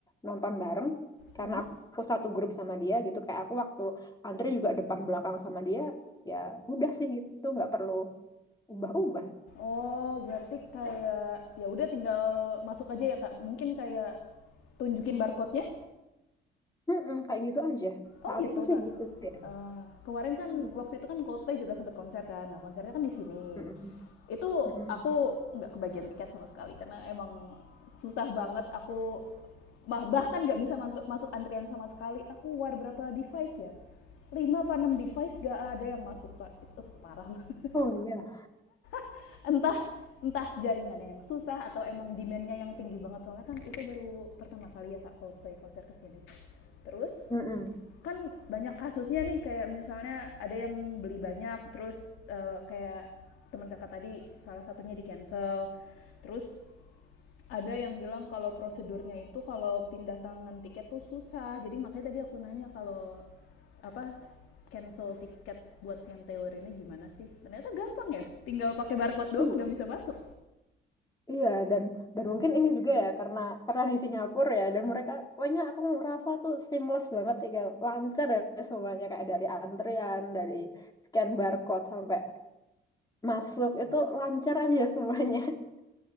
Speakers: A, on the left; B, on the left.
A: nonton bareng. Karena
B: Mhm.
A: aku satu grup sama dia gitu. Kayak aku waktu antri juga depan belakang sama dia. Ya udah sih gitu, nggak perlu ubah-ubah.
B: Oh berarti kayak ya udah tinggal masuk aja ya kak. Mungkin kayak tunjukin barcode-nya
A: Mm-mm, kayak gitu aja.
B: Oh
A: Saat
B: gitu,
A: itu
B: Kak.
A: sih gitu ya.
B: Eee, kemarin kan
A: Mm,
B: waktu itu kan Coldplay juga sempat konser kan, nah konsernya kan di sini.
A: mm-mm,
B: Itu
A: mm-mm.
B: aku nggak kebagian tiket sama sekali karena emang susah banget aku bah bahkan nggak bisa mantu masuk antrian sama sekali. Aku war berapa device ya? lima, apa 6 device nggak ada yang masuk, Kak. Itu uh, parah banget.
A: Oh iya.
B: <laughs> Entah entah jaringannya yang susah atau emang demand-nya yang tinggi banget soalnya kan itu baru pertama kali ya Kak Coldplay konser ke sini. Terus
A: Mm-mm.
B: kan banyak kasusnya nih kayak misalnya ada yang beli banyak terus eh, kayak teman kakak tadi salah satunya di cancel terus ada yang bilang kalau prosedurnya itu kalau pindah tangan tiket tuh susah jadi makanya tadi aku nanya kalau apa cancel tiket buat yang Taylor ini gimana sih ternyata gampang ya tinggal pakai barcode doang
A: Iya,
B: udah bisa masuk
A: iya dan dan mungkin ini juga ya karena karena di Singapura ya dan mereka banyak aku ngerasa tuh seamless banget tinggal lancar ya semuanya kayak dari antrian, dari scan barcode sampai masuk itu lancar aja semuanya. <laughs>